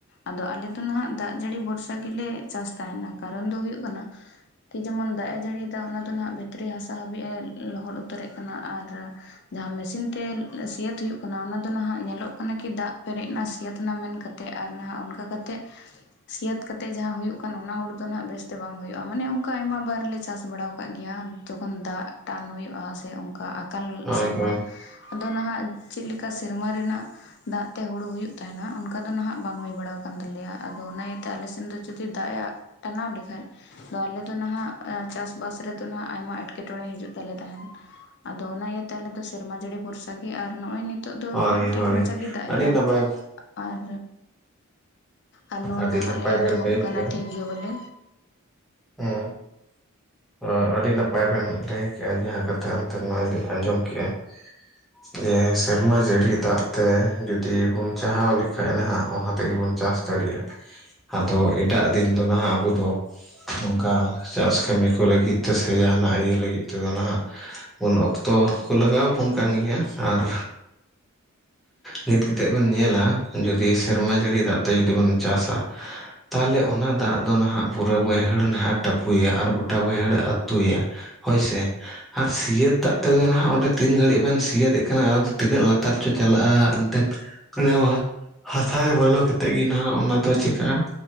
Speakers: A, on the left; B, in the centre.
A: ᱟᱫᱚ ᱟᱞᱮ ᱫᱚ ᱱᱟᱦᱟᱜ ᱫᱟᱜ ᱡᱟᱹᱲᱤ ᱵᱷᱚᱨᱥᱟ ᱜᱮᱞᱮ ᱪᱟᱥ ᱛᱟᱦᱮᱱᱟ᱾ ᱠᱟᱨᱚᱱ ᱫᱚ ᱦᱩᱭᱩᱜ ᱠᱟᱱᱟ? ᱡᱮᱢᱚᱱ ᱫᱟᱜ ᱮ ᱡᱟᱹᱲᱤᱭᱫᱟ ᱚᱱᱟ ᱫᱚ ᱱᱟᱦᱟᱜ ᱵᱷᱤᱛᱨᱤ ᱦᱟᱥᱟ ᱦᱟᱹᱵᱤᱡᱼ ᱮ ᱞᱚᱦᱚᱫ ᱩᱛᱟᱹᱨᱮᱜ ᱠᱟᱱᱟ ᱟᱨ ᱡᱟᱦᱟᱸ ᱢᱮᱥᱤᱱ ᱛᱮ ᱥᱤᱭᱟᱹᱛ ᱦᱩᱭᱩᱜ ᱠᱟᱱᱟ᱾ ᱚᱱᱟ ᱫᱚ ᱱᱟᱦᱟᱜ ᱧᱮᱞᱚᱜ ᱠᱟᱱᱟ ᱠᱤ ᱫᱟᱜ ᱯᱮᱨᱮᱡ ᱮᱱᱟ ᱥᱤᱭᱟᱹᱛ ᱱᱟ ᱢᱮᱱ ᱠᱟ ᱛᱮᱜ ᱟᱨ ᱱᱟᱦᱟᱜ ᱚᱱᱠᱟ ᱠᱟᱛᱮᱜ ᱥᱤᱭᱟᱹᱛ ᱠᱟᱛᱮᱜ ᱡᱟᱦᱟᱸ ᱦᱩᱭᱩᱜ ᱠᱟᱱ, ᱚᱱᱟ ᱦᱩᱲᱩ ᱫᱚ ᱱᱟᱦᱟᱜ ᱵᱮᱥᱛᱮ ᱵᱟᱝ ᱦᱩᱭᱩᱜᱼᱟ᱾ ᱢᱟᱱᱮ ᱚᱝᱠᱟ ᱟᱭᱢᱟ ᱵᱟᱨ ᱞᱮ ᱪᱟᱥ ᱵᱟᱲᱟᱣ ᱠᱟᱜ ᱜᱮᱭᱟ᱾ ᱡᱚᱠᱷᱚᱱ ᱫᱟᱜ ᱴᱟᱱ ᱦᱩᱭᱩᱜᱼᱟ ᱥᱮ ᱚᱝᱠᱟ ᱟᱠᱟᱞ
B: ᱦᱳᱭ
A: ᱥᱮᱨᱢᱟ
B: ᱦᱳᱭ
A: ᱟᱫᱚ ᱱᱟᱦᱟᱜ ᱪᱮᱜ ᱞᱮᱠᱟ ᱥᱮᱨᱢᱟ ᱨᱮᱱᱟᱜ ᱫᱟᱜ ᱛᱮ ᱦᱩᱲᱩ ᱦᱩᱭᱩᱜ ᱛᱟᱦᱮᱱᱟ, ᱚᱱᱠᱟ ᱫᱚ ᱱᱟᱦᱟᱜ ᱵᱟᱝ ᱦᱩᱭ ᱵᱟᱲᱟᱣ ᱠᱟᱱ ᱛᱟᱞᱮᱭᱟ ᱟᱫᱚ ᱚᱱᱟ ᱤᱭᱟᱹᱛᱮ ᱟᱞᱮ ᱥᱮᱱ ᱫᱚ ᱡᱩᱫᱤ ᱫᱟᱜ ᱮ ᱴᱟᱱᱟᱣ ᱞᱮᱠᱷᱟᱡ᱾ ᱟᱫᱚ ᱟᱞᱮ ᱫᱚ ᱱᱟᱦᱟᱸᱜ ᱪᱟᱥᱼᱵᱟᱥ ᱨᱮᱫᱚ ᱦᱟᱸᱜ ᱟᱭᱢᱟ ᱮᱸᱴᱠᱮᱴᱚᱬᱮ ᱦᱤᱡᱩᱜ ᱛᱟᱞᱮ ᱛᱟᱦᱮᱸᱱ᱾ ᱟᱫᱚ ᱚᱱᱟ ᱤᱭᱟᱹᱛᱮ ᱟᱞᱮᱫᱚ ᱥᱮᱨᱢᱟ ᱡᱟᱹᱲᱤ ᱵᱷᱚᱨᱥᱟ ᱜᱮ, ᱟᱨ ᱱᱚᱜᱚᱭ ᱱᱤᱛ ᱱᱤᱛᱳᱜ ᱫᱚ
B: ᱦᱳᱭ
A: ᱴᱷᱤᱠ
B: ᱦᱳᱭ
A: ᱢᱟᱪᱷᱟ ᱜᱮᱭ ᱫᱟᱜ
B: ᱟᱹᱰᱤ
A: ᱮᱼᱟᱭ
B: ᱱᱟᱯᱟᱭ
A: ᱟᱨ ᱟᱨ ᱱᱚᱜᱼᱚᱭ
B: ᱟᱹᱰᱤ
A: ᱱᱟᱦᱟᱜ
B: ᱱᱟᱯᱟᱭ
A: ᱞᱮ ᱮᱛᱚᱦᱚᱵ
B: ᱵᱮᱱ ᱞᱟᱹᱭ
A: ᱟᱠᱟᱱᱟ
B: ᱠᱮᱜᱼᱟ
A: ᱴᱷᱤᱠ ᱜᱮ ᱵᱚᱞᱮ᱾
B: <inaudible> ᱚ ᱟᱹᱰᱤ ᱱᱟᱯᱟᱭ ᱵᱮᱱ ᱞᱟᱹᱭ ᱠᱮᱜᱼᱟ, ᱡᱟᱦᱟᱸ ᱠᱟᱛᱷᱟ ᱮᱱᱛᱮ ᱱᱚᱣᱟ ᱞᱤᱧ ᱟᱸᱡᱚᱢ ᱠᱮᱜᱼᱟ᱾ <inaudible> ᱡᱮ ᱥᱮᱨᱢᱟ ᱡᱟᱹᱲᱤ ᱫᱟᱜ ᱛᱮ ᱡᱩᱫᱤ ᱵᱚᱱ ᱪᱟᱦᱟᱣ ᱞᱮᱠᱷᱟᱱᱡ ᱱᱟᱦᱟᱜ ᱚᱱᱟ ᱛᱮᱜᱮᱵᱚᱱ ᱪᱟᱥ ᱫᱟᱲᱮᱭᱟᱜᱼᱟ ᱟᱫᱚ ᱮᱴᱟᱜ ᱫᱤᱱ ᱫᱚ ᱱᱟᱦᱟᱜ ᱟᱵᱚ ᱫᱚ ᱚᱱᱠᱟ ᱪᱟᱥ ᱠᱟᱹᱢᱤ ᱠᱚ ᱞᱟᱹᱜᱤᱫ ᱛᱮᱥᱮ ᱡᱟᱦᱟᱱᱟᱜ ᱤᱭᱟᱹ ᱞᱟᱹᱜᱤᱫ ᱛᱮᱫᱚ ᱱᱟᱦᱟᱜ ᱩᱱ ᱚᱠᱛᱚ ᱠᱚ ᱞᱟᱜᱟᱣ ᱟᱵᱚᱱ ᱠᱟᱱ ᱜᱮᱭᱟ ᱟᱨ ᱱᱤᱛ ᱠᱟᱛᱮᱫ ᱵᱮᱱ ᱧᱮᱞᱟ ᱡᱩᱫᱤ ᱥᱮᱨᱢᱟ ᱡᱟᱹᱲᱤ ᱫᱟᱜ ᱛᱮ ᱡᱩᱫᱤ ᱵᱚᱱ ᱪᱟᱥᱟ ᱛᱟᱦᱚᱞᱮ ᱚᱱᱟ ᱫᱟᱜ ᱫᱚ ᱱᱟᱦᱟᱜ ᱯᱩᱨᱟᱹ ᱵᱟᱹᱭᱦᱟᱹᱲ ᱱᱟᱦᱟᱜ ᱮ ᱴᱟᱯᱩᱭᱭᱟ ᱟᱨ ᱜᱚᱴᱟ ᱵᱟᱹᱭᱦᱟᱹᱲᱮ ᱟᱹᱛᱩᱭᱟ ᱦᱳᱭ ᱥᱮ᱾ ᱟᱨ ᱥᱤᱭᱟᱹᱛ ᱫᱟᱜ ᱛᱮᱫᱚ ᱱᱟᱦᱜ ᱚᱸᱰᱮ ᱛᱤᱱ ᱜᱷᱟᱹᱲᱤᱜ ᱵᱮᱱ ᱥᱤᱭᱟᱹᱛᱮᱜ ᱠᱟᱱᱟ ᱟᱫᱚ ᱛᱤᱱᱟᱹᱜ ᱞᱟᱛᱟᱨ ᱪᱚ ᱪᱟᱞᱟᱜᱼᱟ ᱮᱱᱛᱮᱱ᱾ <unintelligible> ᱦᱟᱥᱟ ᱜᱮ ᱵᱚᱞᱚ ᱠᱟᱛᱮᱫ ᱜᱮ ᱱᱟᱦᱟᱜ ᱚᱱᱟ ᱫᱚ ᱪᱤᱠᱟᱹᱜᱼᱟ